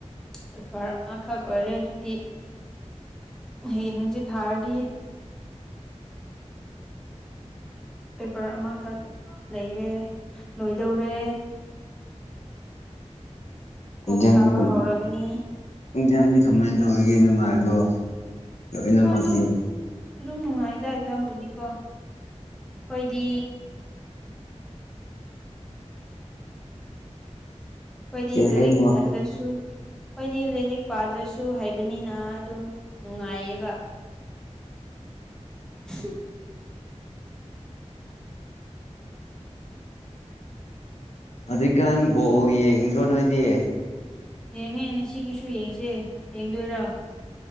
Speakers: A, in the centre; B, on the left (about 65°).
A: ꯄꯦꯄꯔ ꯑꯃꯈꯛ ꯑꯣꯏꯔꯦ ꯑꯗꯨꯗꯤ ꯍꯌꯦꯡ ꯍꯪꯆꯤꯠ ꯊꯥꯔꯗꯤ ꯄꯦꯄꯔ ꯑꯃꯈꯛ ꯂꯩꯔꯦ ꯂꯣꯏꯗꯧꯔꯦ ꯀꯣꯛ
B: ꯑꯦꯛꯖꯥꯝꯗꯤ
A: ꯁꯥꯕ ꯍꯧꯔꯒꯅꯤ
B: ꯑꯦꯛꯖꯥꯝꯗꯤ ꯀꯃꯥꯏꯅ ꯇꯧꯔꯤꯒꯦ ꯅꯨꯡꯉꯥꯏꯕ꯭ꯔꯣ ꯂꯣꯏꯅꯃꯛꯀꯤ
A: ꯍꯣꯏ ꯑꯗꯨꯝ ꯑꯗꯨꯝ ꯅꯨꯡꯉꯥꯏꯗ ꯑꯦꯛꯖꯥꯝꯕꯨꯗꯤꯀꯣ ꯈꫭꯏꯗꯤ ꯀꯣꯏꯗꯤ
B: ꯀꯩ
A: ꯂꯥꯏꯔꯤꯛ
B: ꯍꯥꯏꯅꯣ
A: ꯄꯥꯗ꯭ꯔꯁꯨ ꯍꯣꯏꯗꯤ ꯂꯥꯏꯔꯤꯛ ꯄꯥꯗ꯭ꯔꯁꯨ ꯍꯥꯏꯕꯅꯤꯅ ꯑꯗꯨꯝ ꯅꯨꯡꯉꯥꯏꯌꯦꯕ ꯍꯝ
B: ꯑꯗꯨ꯫ꯏꯀꯥꯟ ꯕꯣꯜ ꯌꯦꯡꯗ꯭ꯔꯣ ꯅꯣꯏꯗꯤ
A: ꯌꯦꯡ꯫ꯉꯦ ꯉꯁꯤꯒꯤꯁꯨ ꯌꯦꯡꯁꯦ ꯌꯦꯡꯗꯣꯏꯔꯥ